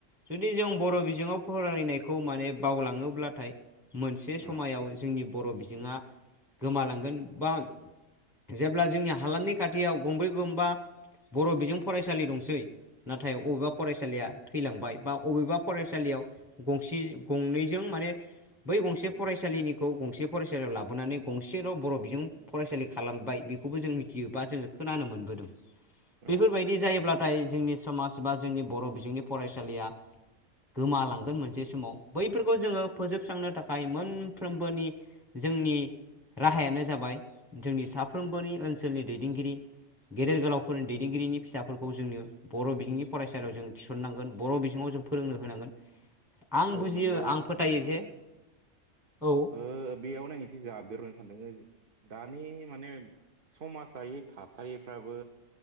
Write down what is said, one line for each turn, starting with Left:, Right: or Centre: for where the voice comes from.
Centre: जुदि जों बर' बिजोङाव फरायनायखौ माने बावलाङोब्लाथाय मोनसे
Right: औ
Centre: समायाव जोंनि बर' बिजोङा गोमालांगोन बा जेब्ला जोंनि हालामनि खाथियाव गंब्रै गंबा बर' बिजों फरायसालि दंसै नाथाय बबेबा फरायसालिया थैलांबाय बा अबेबा फरायसालियाव गंसे गंनैजों माने बै गंसे फरायसालिनिखौ गंसे फरायसालियाव लाबोनानै गंसेल' बर' बिजों फरायसालि खालामबाय। बेखौबो जों मिथियोबा जोङो खोनानो मोनबोदों।
Right: औ
Centre: बेफोरबायदि जायोब्लाथाय जोंनि समाज बा जोंनि बर' बिजोंनि फरायसालिया गोमालांगोन मोनसे समाव बैफोरखौ जोङो फोजोबस्रांनो थाखाय मोनफ्रोमबोनि जोंनि राहायानो जाबाय जोंनि साफ्रोमबोनि ओनसोलनि दैदेनगिरि। गेदेर गोलावफोरनि दैदेनगिरिनि फिसाफोरखौ जोंनो बर' बिजोंनि फरायसालियाव जों थि सननांगोन बर' बिजोङाव जों फोरोंनो होनांगोन आं
Right: औ
Centre: बुजियो
Right: नंगौ
Centre: आं फोथायो
Right: नोंथां
Centre: जे औ
Right: ओ बेयावनो आं एसे जाबदेरनो सानदों दानि माने समाजारि थासारिफ्राबो